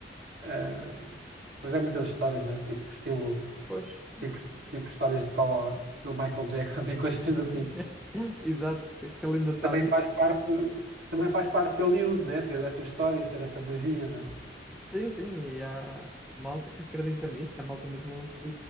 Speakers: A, on the right; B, in the centre.
A: Eh, mas é muitas histórias, né? Tipo, estilo,
B: Pois,
A: tipo, tipo histórias de tal, estilo Michael Jackson <laughs> e coisas do tipo.
B: <laughs> exato, que, que ele ainda
A: que
B: está
A: também
B: vivo.
A: faz parte, também faz parte de Hollywood, né? Ter essas histórias, ter essa magia, né?
B: Sim, sim, e há malta que acredita nisso, e há malta mesmo que